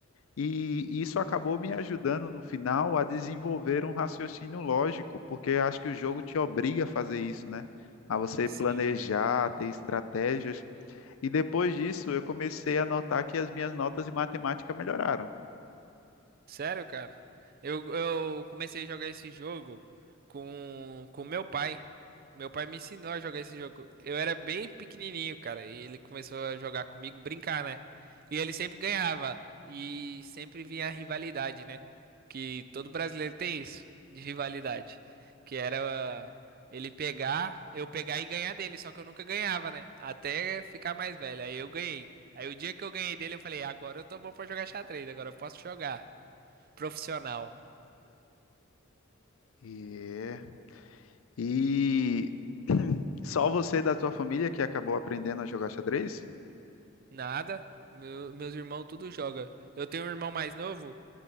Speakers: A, on the left (about 75°); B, on the right (about 45°).
A: E isso acabou me ajudando no final a desenvolver um raciocínio lógico, porque acho que o jogo te obriga a fazer isso, né? A você
B: Sim.
A: planejar, ter estratégias. E depois disso, eu comecei a notar que as minhas notas de matemática melhoraram.
B: Sério, cara? Eu, eu comecei a jogar esse jogo com com meu pai. Meu pai me ensinou a jogar esse jogo. Eu era bem pequenininho, cara, e ele começou a jogar comigo, brincar, né? E ele sempre ganhava e sempre vinha a rivalidade, né? Que todo brasileiro tem isso de rivalidade, que era ah, ele pegar, eu pegar e ganhar dele, só que eu nunca ganhava, né? Até ficar mais velho. Aí eu ganhei. Aí o dia que eu ganhei dele, eu falei: "Agora eu tô bom pra jogar xadrez, agora eu posso jogar". Profissional.
A: E, e <clears throat> só você da tua família que acabou aprendendo a jogar xadrez?
B: Nada. Meu- meus irmãos tudo joga. Eu tenho um irmão mais novo